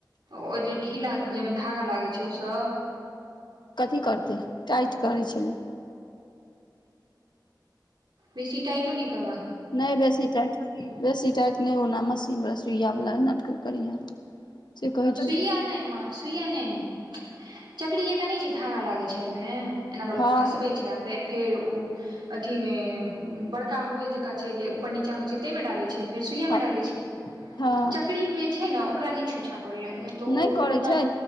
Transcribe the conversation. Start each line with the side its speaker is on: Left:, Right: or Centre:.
Right: ओ जे ढीला जाहिमे धागा लागै छै, ओसभ।
Left: कथी करतै टाइट करै छलै।
Right: बेसी टाइटो नै कर
Left: नहि बेसी टाइट, बेसी टाइट नहि ओना मशीनवला सुइयवला नटक करिहे। से कहै छै
Right: सुइया नहि, माँ सुइया नहि चकरी जे कने छै, धागा लागैत छै, एहिहिमे। एना कऽ लोक
Left: हँ
Right: फँसबै छै, आ फेर ओ अथीमे बड़का होल जेकाँ। ऊपर-नीचाँ होइ छै, ताहिमे डऽ छै, छऽ छै, फेर सुइयामे
Left: हँ
Right: डऽ छै, छऽ
Left: हँ
Right: छै, चकीमे जे छै, ओ छै। उक्र छूछ कर लै त
Left: नहि
Right: ओ
Left: करै
Right: ओना।
Left: छै